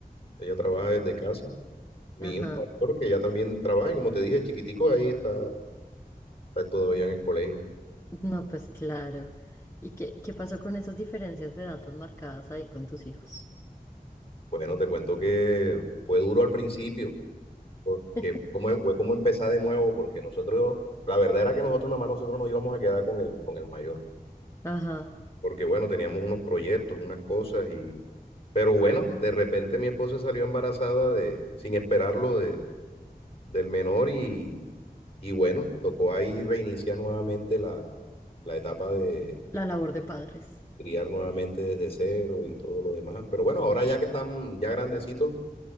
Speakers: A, on the left; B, on the left.
A: ella trabaja desde casa Mi
B: Ajá.
A: hijo mayor, que ya también trabaja, y como te dije, chiquitico, ahí está, está todavía
B: s-
A: en el colegio.
B: No, pues claro. ¿Y qué, qué pasó con esas diferencias de edad tan marcadas ahí con tus hijos?
A: Bueno, te cuento que fue duro al principio, porque
B: <laughs>
A: fue como, fue como empezar de nuevo, porque nosotros, la verdad era que nosotros nada más nosotros nos íbamos a quedar con el, con el mayor,
B: Ajá.
A: porque bueno, teníamos unos proyectos, unas cosas, y, pero bueno, de repente mi esposa salió embarazada de, sin esperarlo de, del menor y, y bueno, tocó ahí reiniciar nuevamente la, la etapa de
B: La labor de padres.
A: criar nuevamente desde cero y todo lo demás. Pero bueno, ahora ya que están ya grandecitos,